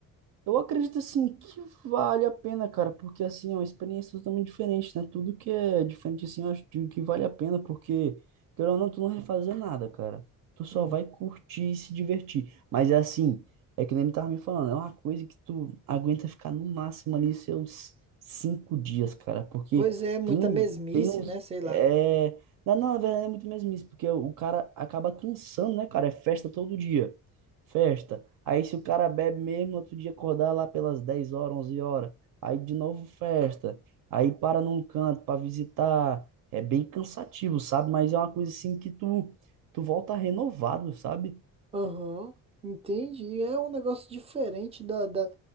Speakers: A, on the right; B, on the right.
A: Eu acredito assim que vale a pena, cara, porque assim é uma experiência totalmente diferente, né? Tudo que é diferente assim, eu acho digo que vale a pena, porque querendo ou não, tu não vai fazer nada, cara. Tu só
B: Hum.
A: vai curtir e se divertir. Mas é assim, é que nem ele tava me falando, é uma coisa que tu aguenta ficar no máximo ali seus cinco dias, cara, porque
B: Pois é, muita
A: tem um,
B: mesmice,
A: tem uns,
B: né? Sei lá.
A: é, não, não, na verdade é muito mesmo isso, porque o cara acaba cansando, né, cara? É festa todo dia. Festa. Aí se o cara bebe mesmo, outro dia acordar lá pelas 10 horas, 11 horas. Aí de novo festa. Aí para num canto para visitar. É bem cansativo, sabe? Mas é uma coisa assim que tu tu volta renovado, sabe?
B: Aham, entendi. É um negócio diferente da, da,